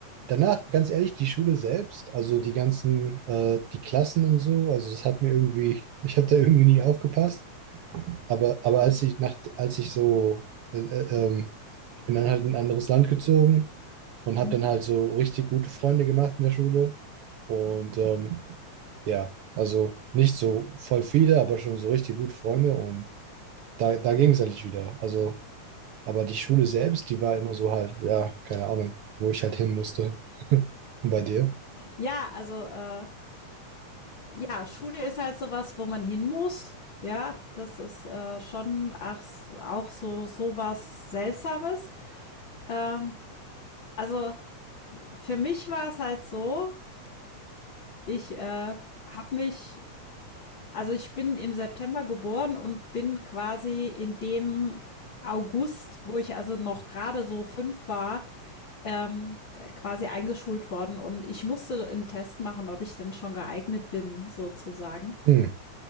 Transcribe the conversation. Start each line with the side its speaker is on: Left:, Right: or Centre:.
Right: danach, ganz ehrlich, die Schule selbst, also die ganzen, äh, die Klassen und so, also das hat mir irgendwie, ich habe da irgendwie nie aufgepasst. Aber, aber als ich nach, als ich so, äh, äh, ähm, ich bin dann halt in ein anderes Land gezogen und habe
Left: Mhm.
Right: dann halt so richtig gute Freunde gemacht in der Schule. Und ähm, ja, also nicht so voll viele, aber schon so richtig gute Freunde. Und da, da ging es eigentlich wieder. Also, aber die Schule selbst, die war immer so halt, ja, keine Ahnung, wo ich halt hin musste. Und bei dir?
Left: Ja, also äh, ja, Schule ist halt sowas, wo man hin muss. Ja, das ist äh, schon ach, auch so sowas Seltsames. Ähm, also für mich war es halt so, ich äh, habe mich Also ich bin im September geboren und bin quasi in dem August, wo ich also noch gerade so fünf war, ähm, quasi eingeschult worden und ich musste einen Test machen, ob ich denn schon geeignet bin, sozusagen.
Right: Hm.